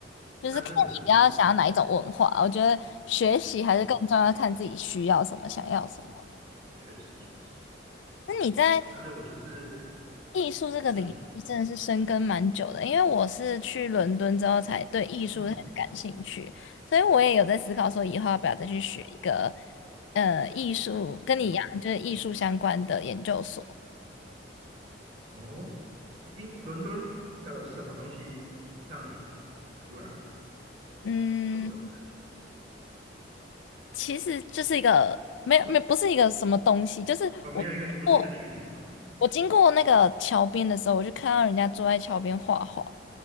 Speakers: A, on the left; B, on the right.
A: 就是看你比较想要哪一种文化。
B: 但是我就是，
A: 我觉得学习还是更重要，
B: 确实
A: 看自己需要什么，想要什么。
B: 确实确实，
A: 那你在
B: 但是我就是，
A: 艺术这个领域真的是深耕蛮久的，
B: 嗯
A: 因为我是去伦敦之后才对艺术开始感兴趣，
B: 嗯，
A: 所以我也有在思考说以后要不要再去学一个呃艺术，跟你一样就是艺术相关的研究所。
B: 哦哦，英伦敦的什么东西让你突然
A: 嗯，
B: 有这种感？
A: 其实就是一个没有没有不是一个什么东西，就是我经过
B: 呃，没有一个，不是一个具体啊，嗯
A: 我经过那个桥边的时候，我就看到人家坐在桥边画画，